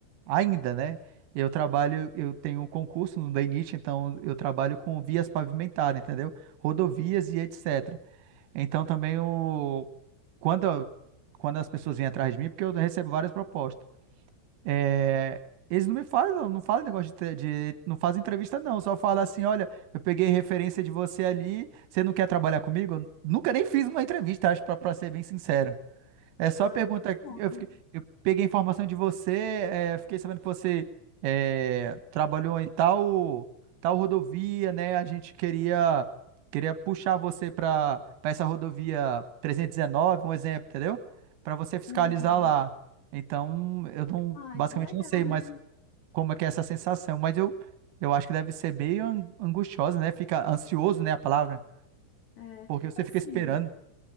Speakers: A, on the right; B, on the left.
A: ainda, né? Eu trabalho, eu tenho um concurso no DENIT, então eu trabalho com vias pavimentadas, entendeu? Rodovias e etc. Então também o, quando, quando as pessoas vêm atrás de mim, porque eu recebo várias propostas. É, eles não me falam, não falam negócio de, tre- de- não fazem entrevista não, só falam assim, olha, eu peguei referência de você ali, você não quer trabalhar comigo? Eu nunca nem fiz uma entrevista, acho, pra, pra ser bem sincero. É só
B: Ai,
A: pergunta.
B: que sonho.
A: Eu, fiquei- eu peguei informação de você, é, fiquei sabendo que você é, trabalhou em tal, tal rodovia, né? A gente queria, queria puxar você para para essa rodovia 319, um exemplo, entendeu? Para você fiscalizar
B: Uhum.
A: lá. Então, eu não,
B: Ai,
A: basicamente
B: que legal,
A: não sei mais
B: né?
A: como é que é essa sensação, mas eu, eu acho que deve ser meio an- angustiosa, né? Fica ansioso, né? A palavra,
B: É,
A: porque você
B: assim,
A: fica esperando.